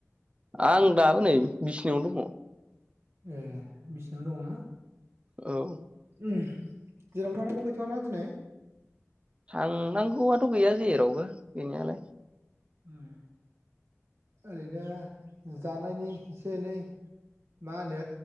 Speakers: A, on the right (about 20°); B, on the right (about 55°).
A: आं दाबो नै बिसिनावनो दङ।
B: ए बिसिनायाव दङना।
A: औ
B: जेरावबो थांनांगौ गैथ'वाना दिनै।
A: थांनांगौआथ' गैया जेरावबो गैनायालाय
B: उम ओरैनो जानायनि एसे-एनै मा होनो